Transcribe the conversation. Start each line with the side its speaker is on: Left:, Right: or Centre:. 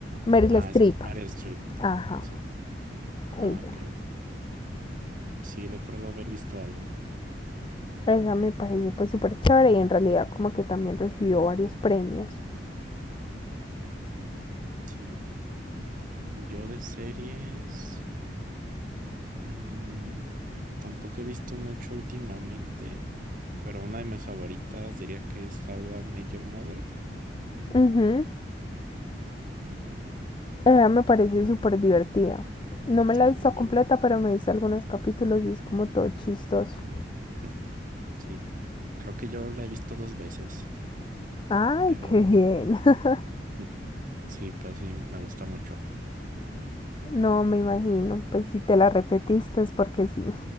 Left: Meryl
Right: Ah,
Left: Streep.
Right: es Meryl Streep.
Left: Ajá,
Right: Sí. Ah,
Left: ella.
Right: creo. Sí, recuerdo haber visto algo
Left: Esa me parece pues
Right: también.
Left: súper chévere y en realidad como que también recibió varios premios.
Right: Sí. Yo de series. mm, tampoco he visto mucho últimamente. Pero una de mis favoritas diría que es How I Met Your Mother.
Left: Ujú.
Right: Mm,
Left: Ella me parece súper divertida. No me
Right: sí,
Left: la he visto
Right: también.
Left: completa, pero me he visto algunos capítulos y es como todo chistoso.
Right: <laughs> Sí. Creo que yo la he visto dos veces.
Left: Ay,
Right: Pero
Left: qué bien. <laughs>
Right: mm, sí, pero sí, me gusta mucho.
Left: No, me imagino. Pues si te la repetiste es porque sí.